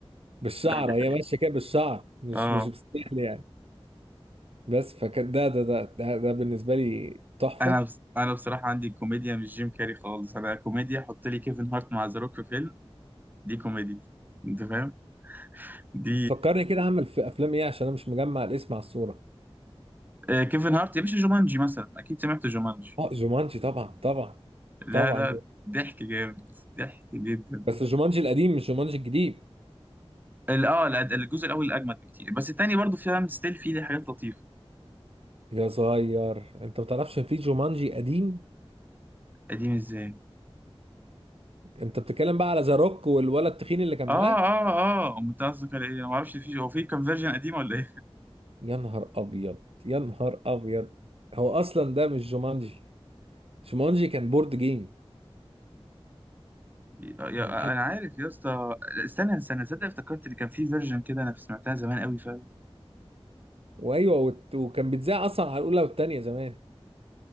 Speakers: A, on the right; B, on the right.
A: بالشعر
B: لا دي
A: هي
B: حقيقة
A: ماشيه كده بالشعر مش
B: اه
A: مش بالسحل يعني بس فكان ده ده ده ده, ده بالنسبه لي تحفه
B: انا بس انا بصراحة عندي كوميديا مش جيم كاري خالص انا كوميديا حط لي كيفن هارت مع ذا روك في فيلم دي كوميديا انت فاهم دي
A: فكرني كده اعمل في افلام ايه عشان انا مش مجمع الاسم على الصوره
B: آه كيفن هارت يا باشا جومانجي مثلا اكيد سمعت جومانجي
A: اه جومانجي طبعا طبعا
B: لا
A: طبعا
B: ده ضحك جامد ضحك جدا
A: بس جومانجي القديم مش جومانجي الجديد
B: ال- اه الأد- الجزء الاول اجمد بكتير بس التاني برضه فيها ستيل فيه حاجات لطيفة
A: يا صغير انت ما تعرفش ان في جومانجي قديم
B: قديم ازاي
A: انت بتتكلم بقى على ذا روك والولد التخين اللي كان
B: اه
A: معاه
B: اه اه امال انت قصدك على ايه انا ما اعرفش في هو في كان فيرجن قديم ولا ايه
A: يا نهار ابيض يا نهار ابيض هو اصلا ده مش جومانجي جومانجي كان بورد جيم
B: يا يا-
A: يعني حتى
B: انا عارف يا اسطى لا، استنى استنى صدق افتكرت اللي كان في فيرجن كده انا سمعتها زمان قوي فعلا
A: وايوه وت- وكان بيتذاع اصلا على الاولى والثانيه زمان